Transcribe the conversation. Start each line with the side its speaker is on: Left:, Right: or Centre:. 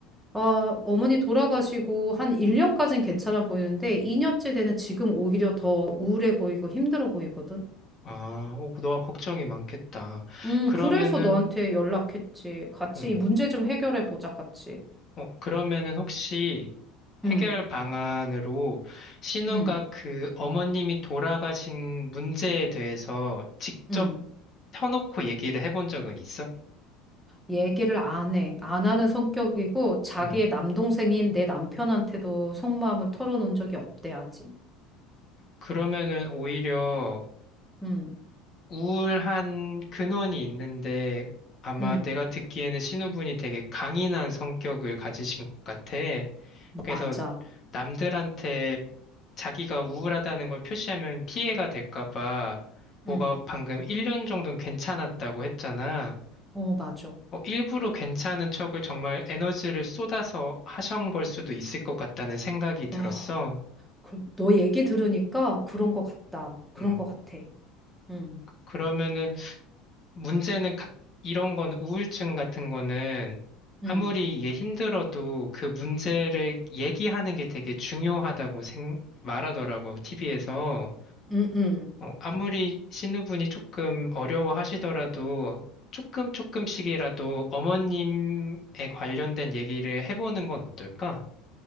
Centre: 아, 어머니 돌아가시고 한 1년까진 괜찮아 보이는데 2년째 되는 지금 오히려 더 우울해 보이고 힘들어 보이거든.
Left: 아, 어, 그 너가 걱정이 많겠다.
Centre: 음,
Left: 그러면은,
Centre: 그래서 너한테 연락했지. 같이
Left: 음,
Centre: 이 문제 좀 해결해 보자, 같이.
Left: 어, 그러면은 혹시
Centre: 응
Left: 해결 방안으로 신우가
Centre: 응
Left: 그 어머님이 돌아가신 문제에 대해서 직접
Centre: 응
Left: 터놓고 얘기를 해본 적은 있어?
Centre: 얘기를 안 해. 안 하는 성격이고 자기의
Left: 음,
Centre: 남동생인 내 남편한테도 속마음을 털어놓은 적이 없대, 아직.
Left: 그러면은 오히려
Centre: 음,
Left: 우울한 근원이 있는데 아마
Centre: 음,
Left: 내가 듣기에는 신우분이 되게 강인한 성격을 가지신 것 같아. 그래서
Centre: 맞아.
Left: 남들한테 자기가 우울하다는 걸 표시하면 피해가 될까 봐 뭐가
Centre: 음,
Left: 방금 1년 정도는 괜찮았다고 했잖아.
Centre: 어, 맞아.
Left: 어, 일부러 괜찮은 척을 정말 에너지를 쏟아서 하신 걸 수도 있을 것 같다는 생각이 들었어.
Centre: 어, 그, 너 얘기 들으니까 그런 것 같다. 그런
Left: 음,
Centre: 것 같아. 음,
Left: 그, 그러면은 문제는 각, 이런 건 우울증 같은 거는 아무리
Centre: 음,
Left: 얘 힘들어도 그 문제를 얘기하는 게 되게 중요하다고 생, 말하더라고, TV에서.
Centre: 음, 음.
Left: 아무리 신우분이 조금 어려워하시더라도 조금 조금씩이라도 어머님에 관련된 얘기를 해보는 건 어떨까?